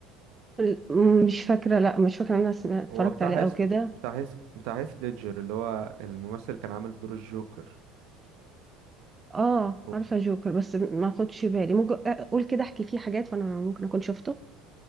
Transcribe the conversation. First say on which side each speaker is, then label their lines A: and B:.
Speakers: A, on the right; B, on the right.
A: ال- مش فاكرة لا مش فاكرة إن انا سمعت اتفرجت
B: هو بتاع
A: عليه او
B: هيث
A: كده
B: بتاع هيث بتاع هيث ليدجر اللي هو الممثل اللي كان عامل دور الجوكر
A: اه
B: هو
A: عارفه جوكر بس ما خدش بالي ممكن اقول كده احكي فيه حاجات وانا ممكن اكون شفته